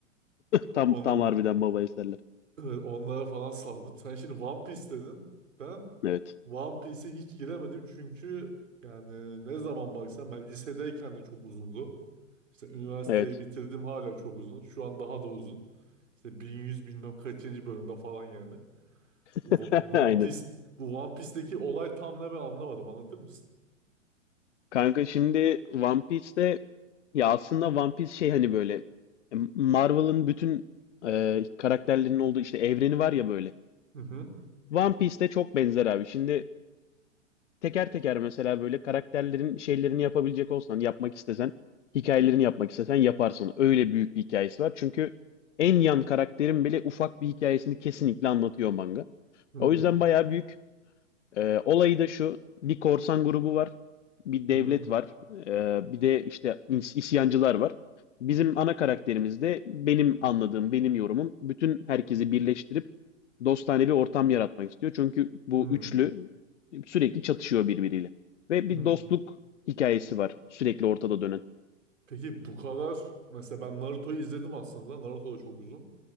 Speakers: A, on the left; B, on the right.
A: Tam
B: Onu,
A: tam harbiden baba eserler.
B: e, onlara falan sardım. Sen şimdi One Piece dedin. Ben
A: Evet.
B: One Piece'e hiç giremedim çünkü yani ne zaman baksam ben lisedeyken de çok uzundu. İşte üniversiteyi
A: Evet.
B: bitirdim hala çok uzun. Şu an daha da uzun. İşte 1100 bilmem kaçıncı bölümde falan yani. Bu
A: <laughs>
B: bu
A: Aynen.
B: One Piece bu One Piece'teki olay tam ne ben anlamadım. Anlatır mısın?
A: Kanka şimdi One Piece'te ya aslında One Piece şey hani böyle e, Marvel'ın bütün e, karakterlerinin olduğu işte evreni var ya böyle.
B: Hı hı.
A: One Piece'te çok benzer abi. Şimdi teker teker mesela böyle karakterlerin şeylerini yapabilecek olsan, yapmak istesen, hikayelerini yapmak istesen yaparsın. Öyle büyük bir hikayesi var. Çünkü en yan karakterin bile ufak bir hikayesini kesinlikle anlatıyor manga.
B: Hı hı.
A: O yüzden bayağı büyük. Ee, olayı da şu, bir korsan grubu var, bir
B: Hı
A: devlet var, ee, bir de işte is- isyancılar var. Bizim ana karakterimiz de benim anladığım, benim yorumum bütün herkesi birleştirip dostane bir ortam yaratmak istiyor. Çünkü bu
B: hı.
A: üçlü sürekli çatışıyor birbiriyle. Ve
B: hı.
A: bir dostluk hikayesi var sürekli ortada dönen.
B: Peki bu kadar mesela ben Naruto'yu izledim aslında. Naruto da çok uzun.